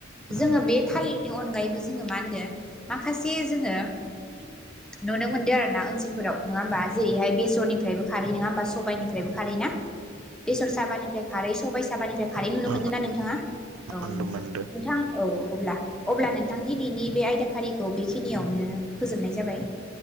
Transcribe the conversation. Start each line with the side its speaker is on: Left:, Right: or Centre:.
Centre: जोङो
Right: ओम
Centre: बे थालिर अनगायैबो जोङो मा होनदों माखासे जोङो नुनो मोनदो आरो ना ओनसोलाव नोङा होनबा जेरैहाय बेसरनिफ्रायबो खारै नङा होनबा सबाइनिफ्राय खार ना बेसर साबानिफ्राय खारै सबाय साबानिफ्राय खारै खारै नुनो
Right: ओं
Centre: मोनदों
Right: ओं
Centre: ना नोंथाङा औ
Right: मोनदों
Centre: नोंथां
Right: मोनदों
Centre: नोंथां औ अब्ला अब्ला नोंथां दिनैनि बे आयदाफारिखौ बेखिनियावनो फोजोबनाय जाबाय